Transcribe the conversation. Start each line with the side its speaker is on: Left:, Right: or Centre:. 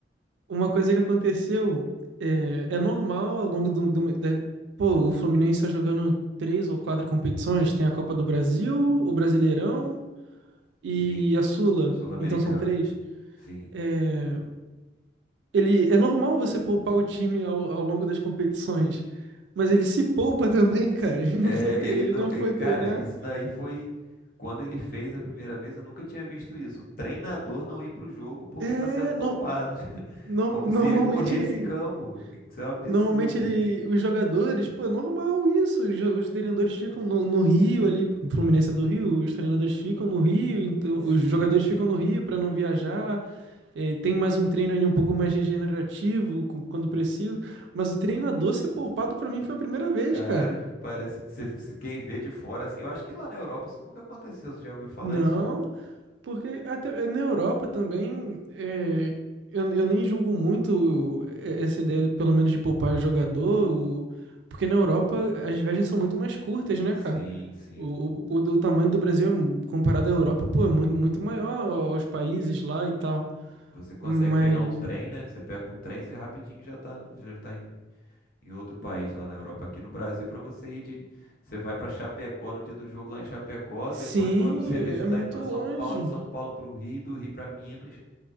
Right: Uma coisa que aconteceu é, é normal ao longo do, do- da- pô, o Fluminense está jogando três ou quatro competições, tem a Copa do Brasil, o Brasileirão e
Left: Sim,
Right: a Sula,
Left: sul-americana.
Right: então são três.
Left: Sim.
Right: É, ele é normal você poupar o time ao, ao longo das competições, mas ele se poupa <laughs> também, cara.
Left: Se-
Right: Ele não
Left: É,
Right: foi, tre-
Left: ele
Right: ele
Left: não.
Right: não
Left: é,
Right: foi
Left: cara,
Right: treinar.
Left: isso daí foi. Quando ele fez a primeira vez, eu nunca tinha visto isso. O treinador não ir pro jogo porque
Right: É,
Left: tá sendo poupado.
Right: no,
Left: <laughs>
Right: no-
Left: Como
Right: normalmente
Left: se ele corresse
Right: ele
Left: em campo. Isso é um absurdo,
Right: Normalmente
Left: cara.
Right: ele, os jogadores, pô, é normal isso. Os, jo- os treinadores ficam no, no Rio ali, o Fluminense é do Rio, os treinadores ficam no Rio, então
Left: Sim,
Right: os jogadores ficam no Rio para não viajar. É, tem mais um treino ali um pouco mais regenerativo com- quando preciso. Mas o treinador ser poupado pra mim foi a primeira vez,
Left: cara,
Right: cara.
Left: parece que você, se quem vê de fora assim. Eu acho que lá na Europa isso nunca aconteceu. Você já ouviu falar
Right: Não,
Left: isso?
Right: Porque até eh, na Europa também, é, eu, eu nem julgo muito é, essa ideia, pelo menos de poupar jogador, o- porque na Europa as viagens são muito mais curtas, né,
Left: Sim,
Right: cara?
Left: sim.
Right: O, o, o, o tamanho do Brasil, comparado à Europa, pô, é muito, muito maior aos países lá e tal.
Left: Você consegue
Right: Mas,
Left: pegar um trem, né? Você pega um trem, você rapidinho já tá, já tá em em outro país lá na Europa. Aqui no Brasil, para você ir de. Você vai para Chapecó no dia do jogo lá em Chapecó.
Right: sim,
Left: Depois, quando você vê,
Right: é
Left: você tá
Right: muito
Left: indo para
Right: longe.
Left: São Paulo, de São Paulo para o Rio, do Rio para Minas.